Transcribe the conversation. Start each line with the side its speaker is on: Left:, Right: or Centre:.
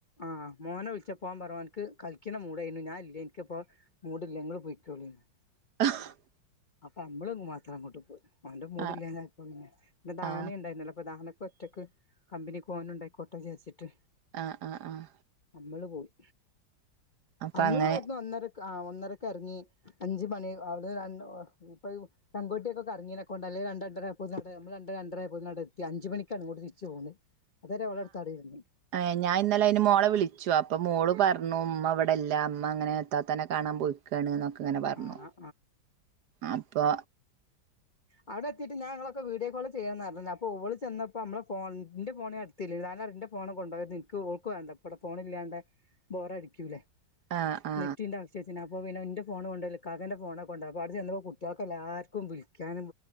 Left: ആഹ് മോനെ വിളിച്ച പോവാൻ പറഞ്ഞവാ എനിക്ക് കളിക്കണ മൂടായ്ഞാന ഇല്ലേ എനിക്കിപ്പോ മൂടില്ല ഇങ്ങള്ൾ പോയിക്കോളിന്ന്
Right: <unintelligible>
Left: അപ്പം നമ്മൾ മാത്ര ഇങ്ങോട് പൊന്ന് ഓന്റെ മൂടില്ലാഞ്ഞാ
Right: ആ
Left: ഇപ്പ പിന്നെ, പിന്നെ ദാനെ
Right: ആ
Left: ഇണ്ടായിന്നല്ലോ അപ്പൊ ദാനക്ക് ഒറ്റക്ക് കമ്പനി ക്കോനും ഉണ്ടായിക്കോട്ടെ വിചാര്ച്ചിട്ട്
Right: ആഹ് ആഹ് ആഹ്
Left: നമ്മള് പോയി.
Right: അപ്പൊ
Left: അന്ന്
Right: അങ്ങനെ
Left: <unintelligible> ഒന്നരക്ക് ആഹ് ഒന്നരക്കെറങ്ങി അഞ്ച് മണി അവ്ടെ രണ്ടോ ഇപ്പൊ ഇ പെങ്കുട്ടിയേക്കൊക്കെ അർങ്ങീനെ കൊണ്ടാ അല്ലേ രണ്ട് രണ്ടര ആയപ്പോത്തിന് അവടെ നമ്മൾ രണ്ട് രണ്ടരായപ്പോത്തിന് അവ്ടെ എത്തി അഞ്ച് മണിക്കാണ് ഇങ്ങോട്തിരിച്ചു പോന്നത്. അതരെ ഓളെട്ത്തടെ ഇര്ന്ന്.
Right: ഏഹ് ഞായിന്നലെ അയ്ന് മോളെ വിളിച്ചു അപ്പം മോള് പർണു ഉമ്മ ഇവിടെല്ല ഇമ്മ അങ്ങനെ ഇത്താത്താനെ കാണാൻ പോയി ക്കാണ് ന്നൊക്കെ ഇങ്ങനെ പർണു
Left: ആഹ്
Right: അപ്പൊ
Left: മ് ഓടെത്തീട്ട് ഞാ ഇങ്ങളൊക്കെ വീഡിയോ കോൾ ചെയ്യണം ന്നർഞ്ഞീന്നു അപ്പോള് ചെന്നപ്പം നമ്മളെ ഫോണ് ഇന്റെ ഫോണ് ഞാൻ ഇട് ത്തില്ലേര്ന്നു. ദാനറ്യാ ഇന്റെ ഫോണ് കൊണ്ടോവര്ത് ഇൻക്ക് ഓക്ക് വേണ്ട ഇപ്പടെ ഫോണ് ഇല്ല്യാണ്ടെ, ബോറടിക്ക്യൂലേ.
Right: ആഹ് ആ
Left: നെറ്റിന്റെ ആവശ്യത്തിന് അപ്പോ പിന്നെ ഇന്റെ ഫോൺ കൊണ്ടയ്ല്ല ഇക്കാക്കന്റെ ഫോണാ കൊണ്ടോവ. അപ്പൊ ആടെ ചെന്നപ്പോ കുട്ടിയേൾക്ക് എല്ലാര്ക്കും വിളിക്കാനും